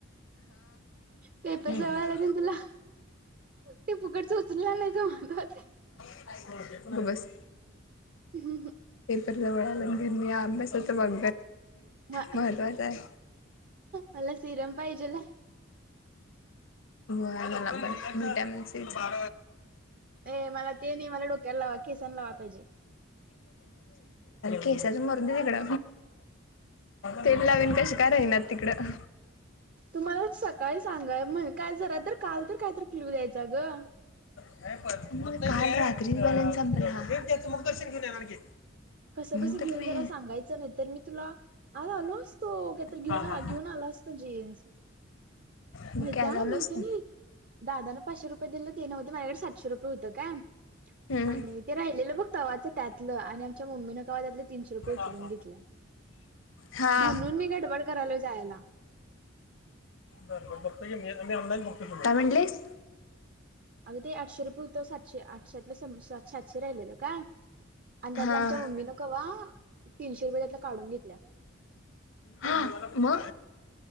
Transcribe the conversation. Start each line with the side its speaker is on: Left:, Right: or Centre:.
Right: पेपर
Left: हम्म
Right: जवळयला
Left: हम्म
Right: तुला ते फुकटच उचलला नाहीच महत्त्वाचं आहे.
Left: हो! बस.
Right: ह् ह्
Left: पेपर जवळ आल्या घर ही अभ्यासच बघ.
Right: म
Left: महत्त्वाचा आहे.
Right: मला सिरम पाहिजेला
Left: ग याला पण विटॅमिन सी चा
Right: ए मला तेनी मला डोक्या लावा केिसनलावा पाहिजे
Left: केसाला मरु दे तिकड ते ला विन कश कराहिना तिकडं
Right: तुम्हाला सकाळी सांगा म्हण काय जरा तर काल तर कायत क्लू द्यायचा ग
Left: काल रात्री मला संपला मग दर्शन घेऊन येणार की
Right: कसं
Left: म्हणून
Right: कस घेऊन
Left: तर मी
Right: जरा सांगायचं नाही तर मी तुला आज आलो असतो काहीत घेऊन
Left: हा हा
Right: घेऊन आला मस्त जिन्स
Left: मग
Right: विद्या
Left: काय झालं
Right: मी
Left: असत
Right: दादा ला पाचशे रुपये दि ते नव्हते माझ्याकडे सातशे रुपये होत का
Left: हम्म
Right: आणि ते राहिलेलं बघ तव्हाचं त्यातलं आणि आमच्या मम्मीननें्हा त्यातलं तीनशे रुपये
Left: हा
Right: उचलून
Left: हा
Right: घेतल्या
Left: हा
Right: म्हणून मी गडबड करायलो जायला
Left: ब बर बघत मीही ऑला बघतोय म्हटलेस काय म्हणलीस
Right: ते आठशे रुपये होतो सातशे आठशातलंात सातशे राहिलेल काय आणि त्यातलं
Left: हा
Right: आमच्या मम्मीनं कवा तीनशे रुपये त्यातलं काढून घेत
Left: हा म